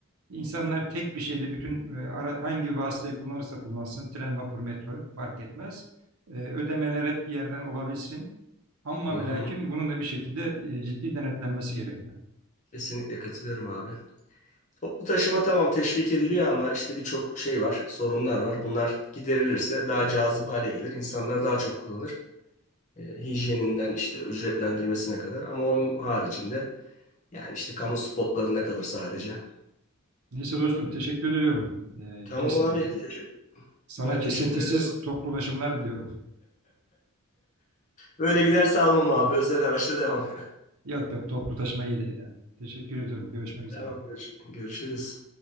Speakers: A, on the right; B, on the left.
A: İnsanlar tek bir şeyle bütün e, ara, hangi vasıtayı kullanırsa kullansın, tren, vapur, metro fark etmez. E, ödemeler hep bir yerden olabilsin. Ama
B: hı hı.
A: ve lakin bunun da bir şekilde e, ciddi denetlenmesi gerekiyor.
B: Kesinlikle katılıyorum abi. Toplu taşıma tamam teşvik ediliyor ama işte birçok şey var, sorunlar var. Bunlar giderilirse daha cazip hale gelir. İnsanlar daha çok kullanır. Ee, hijyeninden işte ücretlendirmesine kadar. Ama onun haricinde Yani işte kamu spotlarında kalır sadece.
A: Neyse dostum teşekkür ediyorum. Ee,
B: Tamam
A: kesin,
B: abi. Evet. Teşekkür.
A: sana
B: Ben
A: kesintisiz
B: teşekkür ederim.
A: toplu ulaşımlar diliyorum.
B: Böyle giderse almam abi. Özel araçla devam.
A: Yok yok toplu taşıma iyidir yani. Teşekkür ediyorum. Görüşmek
B: <laughs>
A: üzere.
B: Tamam görüş- görüşürüz.